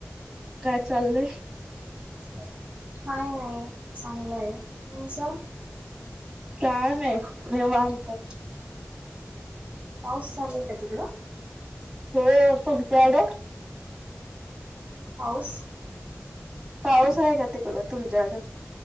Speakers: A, on the right; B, on the right.
A: काय चाललंय
B: काय नाही चांगलं आहे तुमचं
A: काय नाही नेव आम प
B: पाऊसचाय का तिकड
A: हो तुमच्याकड
B: पाऊस
A: पाऊस आहे का तिकडं तुमच्याला